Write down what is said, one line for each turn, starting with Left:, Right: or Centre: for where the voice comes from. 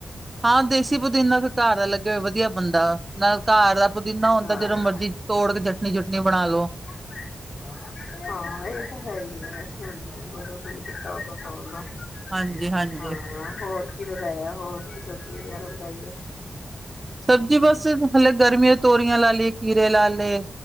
Right: ਹਾਂ, ਦੇਸੀ ਪੁੁਦੀਨਾ ਤਾਂ ਘਰ ਦਾ ਲੱਗਿਆ ਹੋਵੇ ਵਧੀਆ ਬਣਦਾ। ਨਾਲ ਘਰ ਦਾ ਪੁਦੀਨਾ ਹੁੰਦਾ
Left: ਹਾਂ।
Right: ਜਦੋਂ ਮਰਜ਼ੀ ਤੋੜ ਕੇ ਚਟਣੀ-ਚੁਟਣੀ ਬਣਾ ਲੋ।
Left: <unintelligible> ਹਾਂ ਇਹ ਤਾਂ ਹੈ ਈ ਐ। ਹੂੰ, ਜਦੋਂ ਦਿਲ ਕੀਤਾ ਉਦੋਂ ਤੋੜ ਲਵੋ।
Right: ਹਾਂਜੀ ਹਾਂਜੀ
Left: ਹਾਂ ਹੋਰ ਕੀ ਲਗਾਇਆ, ਹੋਰ ਕੀ ਸਬਜ਼ੀ ਵਗੈਰਾ ਲਗਾਈ ਐ?
Right: ਸਬਜ਼ੀ ਬਸ ਹਲੇ ਗਰਮੀ ਤੋਰੀਆਂ ਲਾ ਲਏ, ਖੀਰੇ ਲਾ ਲਏ,